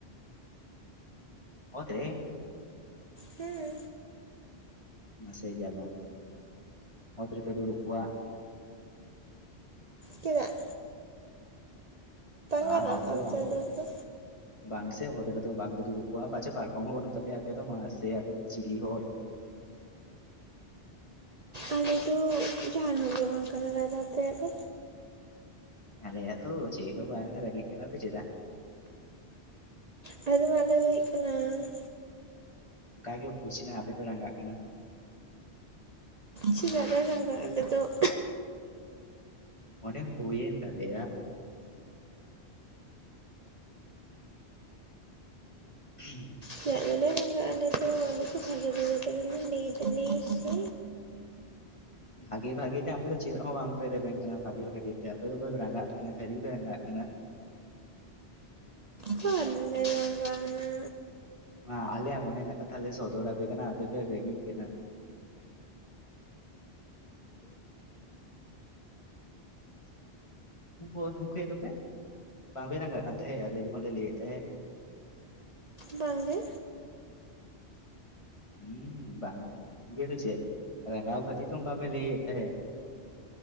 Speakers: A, on the left (about 25°); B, on the right (about 45°).
A: ᱚᱛ ᱨᱮ
B: ᱦᱩᱸ
A: ᱢᱟᱥᱮ ᱡᱟᱞᱟ, ᱚᱛ ᱨᱮᱯᱮ ᱫᱩᱲᱩᱵ ᱠᱚᱣᱟ᱾
B: ᱪᱮᱫᱟᱜ?
A: ᱵᱟᱝ
B: ᱜᱟᱱᱚᱜᱼᱟ
A: ᱚᱛ ᱨᱮᱫᱚ ᱵᱟᱝ
B: ᱨᱮ ᱫᱩᱲᱩᱵ ᱫᱚ
A: ᱵᱟᱝ ᱥᱮ ᱚᱛ ᱨᱮᱫᱚ ᱵᱟᱝᱠᱩ ᱫᱩᱲᱩᱵ ᱠᱚᱣᱟ ᱯᱟᱪᱮᱫ ᱯᱟᱨᱠᱚᱢ ᱦᱚᱸ ᱵᱟᱹᱱᱩᱜ ᱛᱟᱯᱮᱭᱟ ᱟᱯᱮ ᱫᱚ ᱢᱟ ᱥᱮ ᱟᱯᱮ ᱫᱚ ᱪᱤᱞᱤ ᱦᱚᱲ᱾
B: ᱟᱞᱮ ᱫᱚ ᱡᱟᱦᱟᱱ ᱦᱚᱲ ᱜᱮ ᱵᱟᱝ ᱠᱟᱱᱟᱞᱮ ᱟᱫᱚ ᱟᱯᱮᱭᱟᱜ ᱫᱚ᱾
A: ᱟᱞᱮᱭᱟᱜ ᱫᱚ ᱪᱮᱫ ᱦᱚᱸ ᱵᱟᱝ ᱨᱟᱹᱜᱤᱜ ᱠᱟᱱᱟ ᱯᱮ ᱪᱮᱫᱟᱜ?
B: ᱟᱞᱮ ᱫᱚ ᱵᱟᱞᱮ ᱨᱟᱜᱤᱜ ᱠᱟᱱᱟ ᱾
A: ᱚᱱᱠᱟ ᱜᱮ ᱵᱩᱡᱽ ᱮᱱᱟ ᱟᱯᱮ ᱯᱮ ᱨᱟᱸᱜᱟᱜ ᱠᱟᱱᱟ᱾
B: ᱪᱮᱫᱟᱜ ᱞᱮ ᱨᱟᱸᱜᱟᱜᱼᱟ ᱟᱞᱮ ᱫᱚ ᱾
A: ᱢᱚᱱᱮ ᱦᱩᱭ ᱮᱱ ᱛᱟᱞᱮᱭᱟ᱾ <inaudible>
B: ᱪᱮᱫᱟᱜ ᱫᱚᱞᱮ ᱨᱚᱸᱜᱟᱜᱼᱟ ᱟᱞᱮ ᱫᱚ ᱟᱞᱮ ᱫᱚ ᱵᱷᱟᱜᱮ ᱵᱷᱟᱜᱮ ᱛᱮᱜᱮᱞᱮ ᱞᱟᱹᱭ ᱫᱟᱞᱮ ᱥᱮ᱾
A: ᱵᱷᱟᱜᱮ ᱵᱷᱟᱜᱤ ᱛᱮ ᱟᱯᱮ ᱫᱚ ᱪᱮᱫ ᱦᱚᱸ ᱵᱟᱝ ᱯᱮ ᱨᱮᱵᱮᱱ ᱠᱟᱱᱟ ᱵᱷᱟᱜᱤ ᱵᱷᱟᱜᱤ ᱛᱮ ᱟᱯᱮ ᱫᱚᱯᱮ ᱨᱟᱸᱜᱟᱜ ᱠᱟᱱᱟ ᱠᱷᱟᱞᱤ ᱯᱮ ᱨᱟᱸᱜᱟᱜ ᱠᱟᱱᱟ᱾
B: ᱵᱟᱞᱮ ᱨᱟᱸᱜᱟᱣ ᱮᱱᱟ᱾
A: ᱢᱟ ᱟᱞᱮᱭᱟᱜ ᱢᱚᱱᱮ ᱨᱮᱱᱟᱜ ᱠᱟᱛᱷᱟ ᱞᱮ ᱥᱚᱫᱚᱨᱟᱯᱮ ᱠᱟᱱᱟ, ᱟᱯᱮᱯᱮ ᱨᱟᱜᱤᱜ ᱠᱟᱱᱟ᱾ ᱩᱱᱠᱩ ᱦᱩᱸᱠᱮᱫ ᱫᱚᱯᱮ ᱵᱟᱝᱯᱮ ᱨᱟᱸᱜᱟᱜ ᱠᱟᱱ ᱛᱟᱦᱮᱸᱫ ᱟᱞᱮ ᱡᱚᱠᱷᱚᱱ ᱞᱮ ᱞᱟᱹᱭᱮᱫ ᱛᱟᱦᱮᱸᱫ᱾
B: ᱵᱟᱝ ᱜᱮ᱾
A: ᱦᱩᱸ ᱵᱟᱝ ᱜᱮ ᱫᱚ ᱪᱮᱫ ᱨᱟᱸᱜᱟᱣ ᱠᱷᱟᱹᱛᱤᱨ ᱛᱚ ᱚᱱᱠᱟ ᱯᱮ ᱞᱟᱹᱭᱮᱫ ᱛᱟᱦᱮᱸᱫ᱾